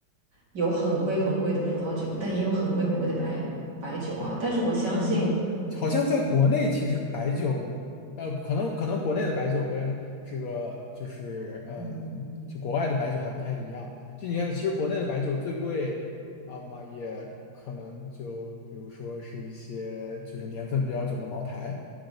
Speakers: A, on the right (about 65°); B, on the left (about 70°).
A: 有很贵很贵的葡萄酒，但也有很贵很贵的白白酒啊。但是我相信，
B: 嗯，好像在国内，其实白酒，呃，可能可能国内的白酒跟这个就是，嗯，
A: 嗯
B: 就国外的白酒还不太一样。就你看，其实国内的白酒最贵啊嘛，
A: 嗯。
B: 也可能就比如说是一些就是年份比较久的茅台。